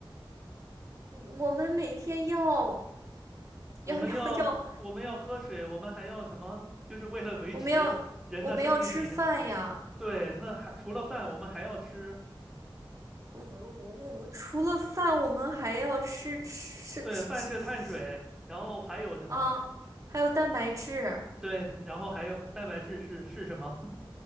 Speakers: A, on the right (about 35°); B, in the centre.
A: 你我们每天要
B: 我们要我们要喝水，
A: 要要要，
B: 我们还要什么？<laughs> 就是为了维持人的生命体征。
A: 我们要我们要吃饭呀。
B: 对，那还除了饭，我们还要吃。
A: 我们我们除了饭，我们还要吃吃吃吃吃
B: 对，饭是碳水，然后还有什么？
A: 啊，还有蛋白质，
B: 对，然后还有蛋白质是是什么？